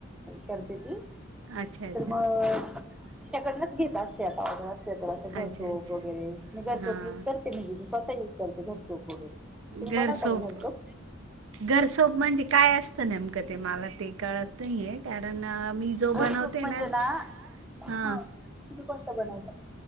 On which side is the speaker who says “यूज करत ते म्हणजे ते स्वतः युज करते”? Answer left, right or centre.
Centre